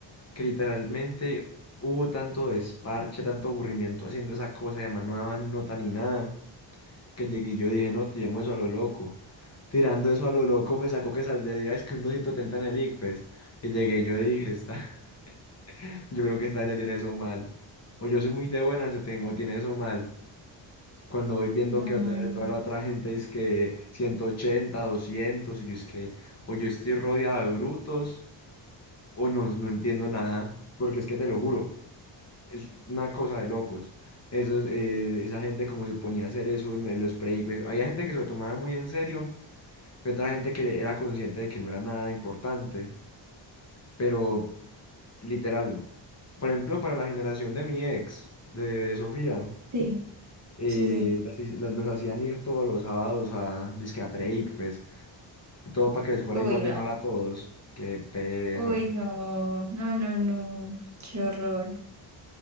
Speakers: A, on the left; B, on the right.
A: que literalmente hubo tanto desparche, tanto aburrimiento haciendo esa cosa, y además no daban nota ni nada, que llegué y yo dije, no, tiremos eso a lo loco. Tirando eso a lo loco me sacó que saldría es que un 270 en el ICFES. Y llegué y yo dije, está, <laughs> yo creo que esta gente tiene eso mal. O yo soy muy de buenas o tengo, tiene eso mal. Cuando voy viendo
B: no,
A: que
B: man,
A: otra- toda la otra gente dice que ciento ochenta doscientos y yo es que o yo estoy rodeado de brutos o no, no entiendo nada, porque es que te lo juro, es una cosa de locos. Esos, eh, esa gente como se ponía a hacer eso en, en los breaks, había gente que se lo tomaba muy en serio y otra gente que era consciente de que no era nada importante, pero literal, por ejemplo, para la generación de mi ex, de de Sofía.
B: sí,
A: eh,
B: sí, sí.
A: las hi- los hacían ir todos los sábados a disque a pre-ICFES y todo para que les fuera
B: Uy,
A: igual
B: no,
A: de mal a todos. Qué pereza.
B: uy, no, no, no, no, qué horror.